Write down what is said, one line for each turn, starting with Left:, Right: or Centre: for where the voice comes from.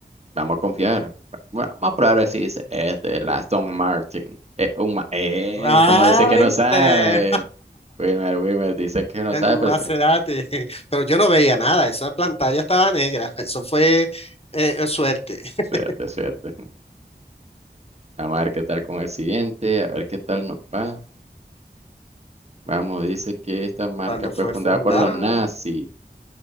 Right: Vamos a confiar. Bueno, vamos a probar a ver si dice, este, el Aston Martin. Eh, un ma- eh,
Left: Ah,
Right: como dice que
Left: ¿viste?
Right: no sabe. Wilmer, Wilmer dice que no
Left: El
Right: sabe,
Left: Maserati,
Right: pero sí.
Left: <laughs> pero yo no veía nada, esa pantalla estaba negra, <laughs> eso fue eh, eh, suerte. <laughs>
Right: Suerte, suerte. Vamos a ver qué tal con el siguiente, a ver qué tal nos va. Vamos, dice que esta marca
Left: Cuando
Right: fue
Left: fue
Right: fundada
Left: fundada,
Right: por los nazis,